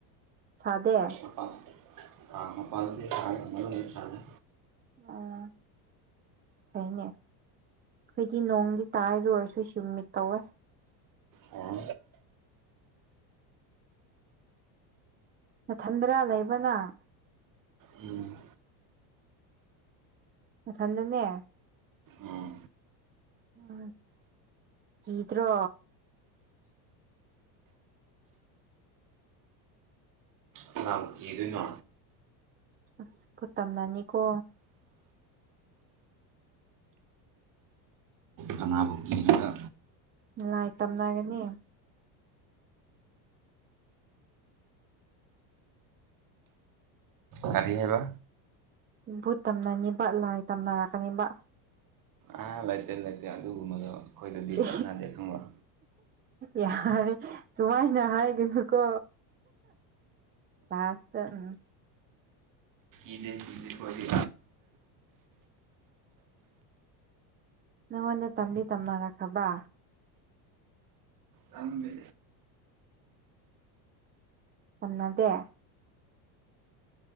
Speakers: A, on the right; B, on the right.
A: ꯁꯥꯗꯦ
B: <inaudible> <unintelligible> ꯑ ꯃꯄꯥꯟꯗꯥꯗꯤ ꯁꯥꯏ ꯃꯅꯨꯡꯗꯥꯗꯤ ꯁꯗꯦ
A: ꯑꯣ ꯐꯩꯅꯦ ꯈꯣꯢꯗꯤ ꯅꯣꯡꯗꯤ ꯇꯥꯏ ꯗꯨ ꯑꯣꯏꯔꯁꯨ ꯁꯨꯝꯃꯤꯠ ꯀꯧꯋꯦ
B: ꯑꯣ
A: ꯃꯊꯟꯗꯔꯥ ꯂꯩꯕꯥ ꯅꯪ
B: ꯎꯝ
A: ꯃꯊꯟꯗꯅꯦ
B: ꯎꯝ
A: ꯎꯝ ꯀꯤꯗ꯭ꯔꯣ
B: ꯀꯅꯕꯨ ꯀꯤꯗꯣꯏꯅꯣ
A: ꯑꯁ ꯚꯨꯠ ꯇꯝꯅꯅꯤꯀꯣ
B: ꯀꯅꯥꯕꯨ ꯀꯤꯔꯨꯔ
A: ꯥꯂꯥꯏ ꯇꯝꯅꯒꯅꯤ
B: ꯀꯥꯔꯤ ꯍꯥꯏꯕ
A: ꯚꯨꯠ ꯇꯝꯅꯅꯤꯕ ꯂꯥꯏ ꯇꯝꯅꯔꯛꯀꯅꯤꯕ
B: ꯑ ꯂꯥꯏ ꯇꯤꯟ ꯂꯩꯇꯦ ꯑꯗꯨꯒꯨꯝꯕꯗꯣ ꯑꯩꯈꯣꯏꯗꯗꯤ
A: ꯁꯤ
B: ꯆꯠꯅꯗꯦ ꯈꯪꯕ꯭ꯔꯥ
A: ꯌꯥꯔꯦ ꯁꯨꯃꯥꯏꯅ ꯍꯥꯏꯒꯅꯨꯀꯣ ꯂꯁꯇ ꯎꯝ
B: ꯏꯅꯦꯗꯤꯈꯣꯏ ꯑꯅꯤ
A: ꯅꯪꯉꯣꯟꯗ ꯇꯝꯕꯤ ꯇꯝꯅꯔꯛꯈ꯭ꯔꯕ
B: ꯊꯃꯦ
A: ꯇꯝꯅꯗꯦ